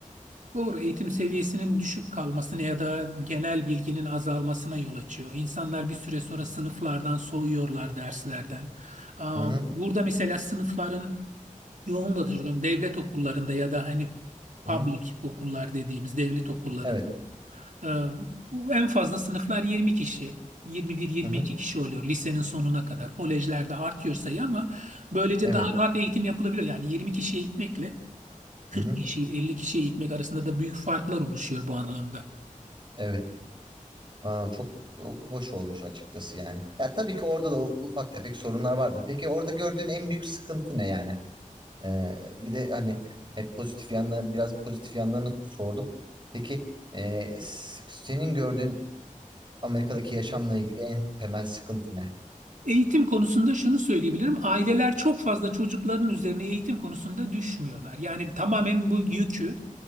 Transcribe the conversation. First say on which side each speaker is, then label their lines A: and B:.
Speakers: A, on the right; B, on the right.
A: Doğru, eğitim seviyesinin düşük kalmasına ya da genel bilginin azalmasına yol açıyor. İnsanlar bir süre sonra sınıflardan soğuyorlar derslerden. Am,
B: Hı hı,
A: Burada mesela sınıfların yoğunlaşıyor. Devlet okullarında ya da hani
B: hı
A: public
B: hı.
A: okullar dediğimiz devlet okullarında
B: Evet.
A: e, en fazla sınıflar 20 kişi. 21-22
B: Hı hı,
A: kişi oluyor lisenin sonuna kadar. Kolejlerde artıyor sayı ama böylece
B: evet.
A: daha rahat eğitim yapılabiliyor. Yani 20 kişi eğitmekle 40
B: Hı hı,
A: kişiyi 50 kişiye eğitmek arasında da büyük farklar oluşuyor bu anlamda.
B: evet. Aa, çok çok hoş olmuş açıkçası yani. Ya tabii ki orada da u- ufak tefek sorunlar vardır. Peki orada gördüğün en büyük sıkıntı ne yani? Ee, bir de hani hep pozitif yanları biraz pozitif yanlarını sordum. Peki e, s- senin gördüğün Amerika'daki yaşamla ilgili en temel sıkıntı ne?
A: Eğitim konusunda şunu söyleyebilirim. Aileler çok fazla çocukların üzerine eğitim konusunda düşmüyorlar. Yani tamamen bu yükü